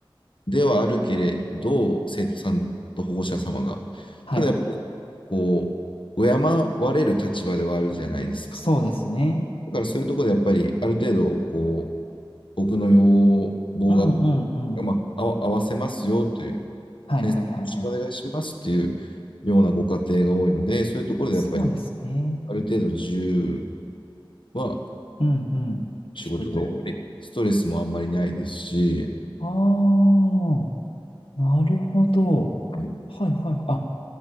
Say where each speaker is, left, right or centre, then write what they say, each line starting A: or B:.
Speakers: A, on the left; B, on the left.
A: ではあるけれど、生徒さんと保護者様が、
B: はい。
A: ただやっぱり、こう、敬われる立場ではあるじゃないですか。
B: そうですね。
A: だからそういうところでやっぱり、ある程度、こう、僕の要望が、
B: うんうんうん。
A: まあ、あわ合わせますよという
B: はいはいはいはい。
A: 先生、よろしくお願いしますっていうようなご家庭が多いので、そういうところでやっぱり
B: そうですね。
A: ある程度自由は
B: うんうん。
A: 仕事で、
B: 聞くと。
A: やっぱりストレスもあんまりないですし、
B: ああ。なるほど。
A: はい、
B: はいはい。あ、